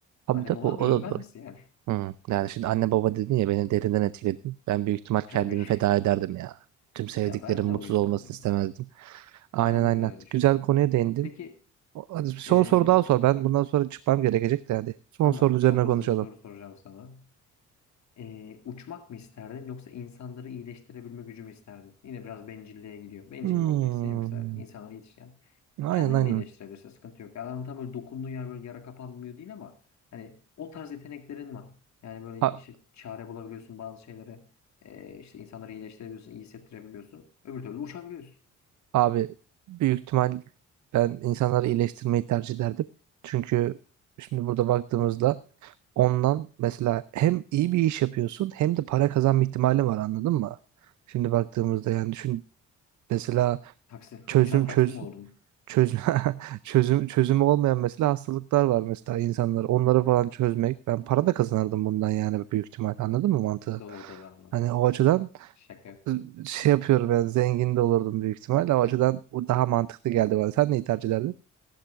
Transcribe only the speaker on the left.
Annem
babana
da üzülmez
misin yani?
<laughs>
Tabii.
Ya ben
de o yüzden
diyorum.
Ben
de öyle düşünüyorum.
Peki
eee,
tamam
çok hızlı
bir soru soracağım sana. Ee, uçmak mı isterdin yoksa insanları iyileştirebilme gücü mü isterdin? Yine biraz bencilliğe gidiyor. Bencil
mi olacaksın yoksa insanları yetiş yani.
Kendini
de iyileştirebilirsin sıkıntı yok. Yani adam tam böyle dokunduğun yer böyle yara kapanmıyor değil ama hani o tarz yeteneklerin var. Yani böyle
işte çare bulabiliyorsun bazı şeylere Ee, işte insanları iyileştirebiliyorsun, iyi hissettirebiliyorsun. Öbür türlü uçabiliyorsun.
Taksi,
uçan taksi
mi olurdun?
Doğru doğru anladım
anladım.
Şaka yapıyorum.